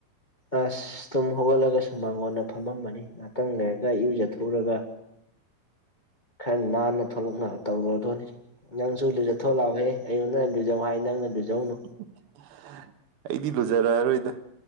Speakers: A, on the left; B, on the right.
A: ꯑꯁ ꯇꯨꯝ ꯍꯧꯣꯒꯠꯂꯒꯁꯨ ꯃꯉꯣꯟꯗ ꯐꯝꯃꯝꯃꯅꯤ ꯉꯍꯥꯛꯇꯪ ꯂꯩꯔꯒ ꯏꯨꯖ ꯊꯨꯔꯒ ꯈꯔ ꯅꯥꯟꯅ ꯊꯣꯛꯂꯛꯅꯕ ꯇꯧꯔꯨꯗꯣꯏꯅꯤ ꯅꯪꯁꯨ ꯂꯨꯖꯥꯊꯣꯛꯑ ꯂꯥꯎꯑꯣꯍꯦ ꯑꯩꯉꯣꯟꯗ ꯂꯨꯖꯧ ꯍꯥꯏ ꯅꯪꯅ ꯂꯨꯖꯧꯅꯨ
B: <unintelligible> ꯑꯩꯗꯤ ꯂꯨꯖꯔꯛꯑꯔꯣꯏꯗ